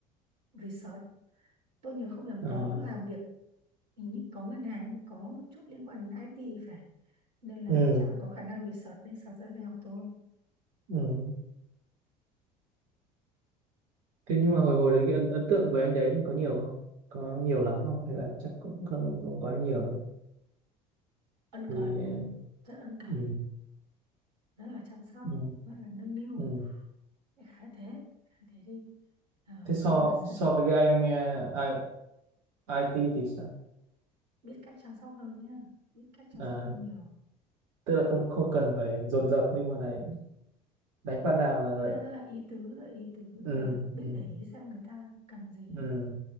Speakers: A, on the right; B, on the right.
A: research tôi nhớ không nhầm
B: à.
A: có làm việc Hình như có ngân hàng có một chút liên quan đến IT thì phải nên là
B: Ừ.
A: chắc là có khả năng research nên search ra về học thôi
B: Ừ. thế nhưng mà hồi hồi đấy cái ấn, ấn tượng với anh đấy thì có nhiều không có nhiều lắm không hay là chắc cũng không không quá nhiều đâu
A: ân
B: thì
A: cần
B: à,
A: rất ân cần
B: ừ.
A: rất là chăm sóc
B: Ừ.
A: rất là nâng niu
B: Ừ.
A: Đại khái thế khái thế đi Ờ,
B: Thế so
A: nhưng mà
B: so
A: sao
B: với cái anh ờ, I, IT thì sao?
A: biết cách chăm sóc hơn nhá biết cách chăm
B: À,
A: sóc hơn nhiều
B: tức là không không cần phải dồn dập nhưng mà này đánh phát nào là
A: nghĩa là rất là ý tứ rất là ý tứ rất
B: ừ
A: là biết
B: ừ
A: để ý xem người ta cần gì ấy
B: ừ